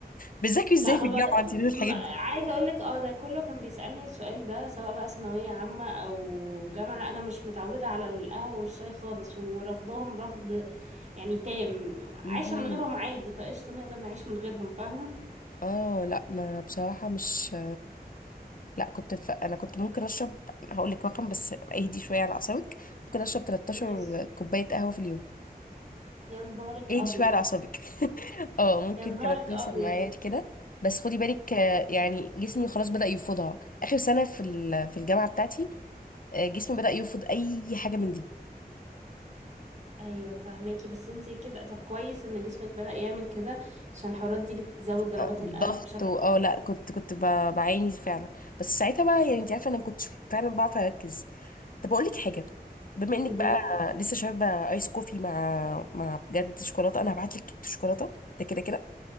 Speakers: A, on the left; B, on the right.
A: بتذاكري ازاي
B: لا ما,
A: في الجامعة
B: ب...
A: انتي دول الحاجات
B: ما عايزه
A: دي
B: اقول لك اه ده كله كان بيسالني السؤال ده سواء بقى ثانويه عامه او جامعه انا مش متعوده على القهوه والشاي خالص ورفضهم رفض يعني تام
A: مهم.
B: عايشه من غيرهم عادي فقشطه نقدر نعيش من غيرهم فاهمه
A: اه لا ما بصراحة مش لا كنت ف... انا كنت ممكن اشرب هقول لك رقم بس اهدي شوية على اعصابك ممكن اشرب 13
B: بنعيش
A: كوباية قهوة في اليوم
B: يا نهارك
A: اهدي
B: ابيض
A: شوية على اعصابك <laughs> اه ممكن
B: يا نهارك
A: كانت توصل
B: ابيض
A: معايا كده بس خدي بالك آه، يعني جسمي خلاص بدأ يفوضها اخر سنة في ال... في الجامعة بتاعتي آه، جسمي بدأ يفوض اي حاجة من دي
B: ايوه فهماكي بس انتي كده طب كويس ان جسمك بدأ يعمل كده عشان الحرارات دي بتزود ضربات
A: آه،
B: القلب
A: ضغط
B: بشكل
A: و- اه لا كنت كنت ب- بعاني فعلا بس ساعتها بقى يعني انت عارفة انا ما كنتش فعلا بعرف اركز طب اقول لك حاجه بما انك
B: فظيع
A: بقى لسه شاربه ايس كوفي مع مع بجد شوكولاته انا هبعت لك كيكه شوكولاته ده كده كده